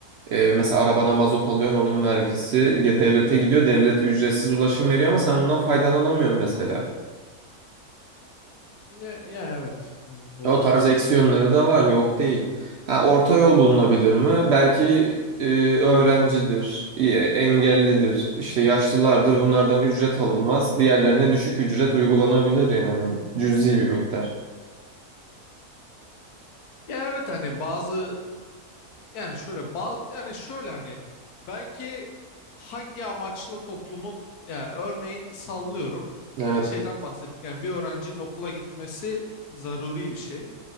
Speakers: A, on the right (about 65°); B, on the left (about 80°).
A: e, mesela arabana mazot alıyorsun onun vergisi ya devlete gidiyor. Devlet ücretsiz ulaşım veriyor ama sen bundan faydalanamıyorsun mesela.
B: ya, ya evet. E, doğru.
A: O tarz eksiyonları da var, yok değil. Ha, orta yol bulunabilir mi? Belki e, öğrencidir, e, engellidir, işte yaşlılardır. Bunlardan ücret alınmaz. Diğerlerine düşük ücret uygulanabilir yani. Cüzi bir miktar.
B: Ya evet hani bazı e, yani şöyle bazı yani şöyle hani belki hangi amaçla toplumun ya örneğin sallıyorum
A: Evet.
B: şeyden bahsettik yani bir öğrencinin okula gitmesi zaruri bir şey.